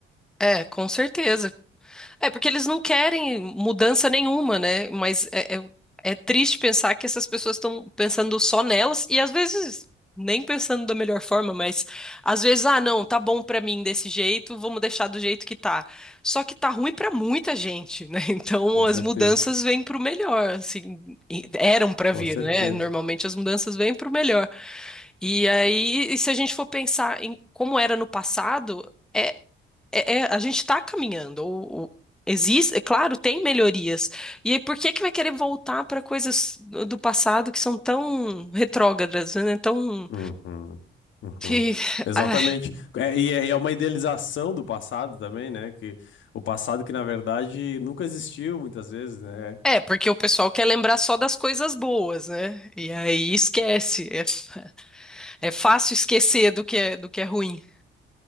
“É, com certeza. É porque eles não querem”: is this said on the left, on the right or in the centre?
Centre